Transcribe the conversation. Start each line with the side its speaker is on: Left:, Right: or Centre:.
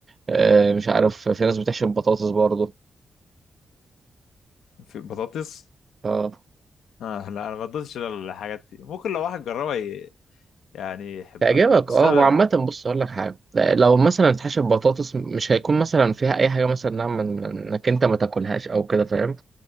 Right: آه، مش عارف في ناس بتحشي بطاطس برضو
Left: في بطاطس
Right: آه.
Left: اه لا انا ما بدوتش الحاجات دي ممكن لو واحد جربها ي- يعني يحبها
Right: تعجبك
Left: بس
Right: اه
Left: انا
Right: هو عامة بص اقول لك حاجة لو مثلا اتحشى بطاطس مش هيكون مثلا فيها اي حاجة مثلا نعم من- من- انك انت ما تاكلهاش او كده فاهم